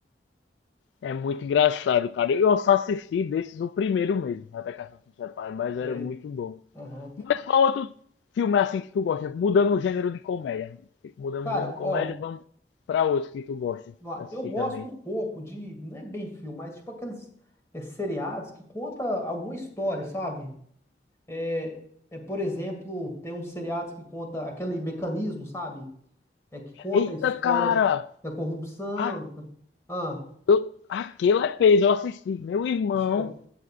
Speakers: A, on the left; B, on the left.
A: É muito engraçado, cara. Eu só assisti desses o primeiro mesmo, até Caça se Separe, mas era
B: É,
A: muito bom.
B: aham.
A: Mas qual outro filme é assim que tu gosta? Mudando o gênero de comédia. Mudando
B: Cara,
A: o gênero de comédia,
B: ó.
A: vamos pra outro que tu gosta de
B: Vamos lá.
A: assistir
B: Eu gosto
A: também.
B: um pouco de, não é bem filme, mas tipo aqueles é, seriados que conta alguma história, sabe? É, é, por exemplo, tem uns seriados que conta aquele mecanismo, sabe? É que conta
A: Eita,
B: a história
A: cara!
B: da corrupção.
A: A,
B: tá? Ah,
A: eu, aquele é peso, eu assisti. Meu irmão,
B: assistiu?